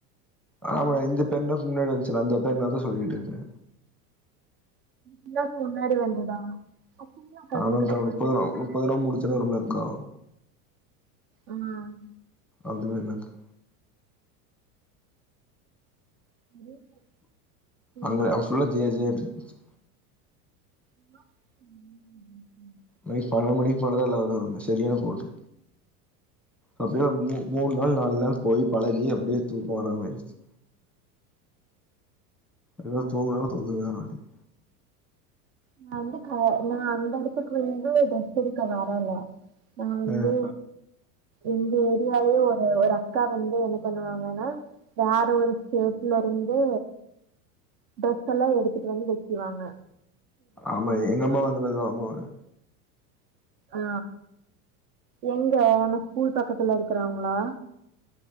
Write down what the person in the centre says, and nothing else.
ஆமால இந்த பெர்நாள் முன்னாடி வந்ச்சுல அந்த பெர்நாள் தா சொல்லிட்ருந்த
ஆமாங்க்கா நுப்பது
நோம் நுப்பதுநோம்பு முடிச்சோனே வருமுலங்க்கா
அது வேணாங்க்கா
அங்க
அங்க ஃபுல்லா ஜேஜேன் இருந்துச்சு
நைட் பதினொரு மணிக்கு மேலதா எல்லாரு வருவாங்க செரியான கூட்டோ ஒரு சிலர் மு மூண் நாள் நால் நாள் போயி பழகி அப்டியே தூக்கோ வராமாய்டுச்சு எங்க தூங்குனாலு தூங்கவிட மாட்டேங்
ஆ
ஆமா எங்கம்மாவு அந்த மாரிதா வாங்குவாங்க